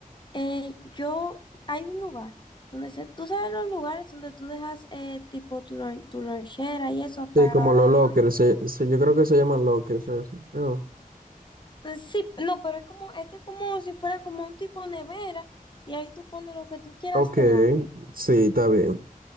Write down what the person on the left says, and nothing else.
eh, yo, hay un lugar donde se, tú sabes los lugares donde tú dejas eh, tipo tu, lon- tu lonchera y eso para
la hora
del
lunch.
Eh, Sí, no, pero es como, esto es como si fuera como un tipo nevera y ahí tú pones lo que tú quieras
dejar.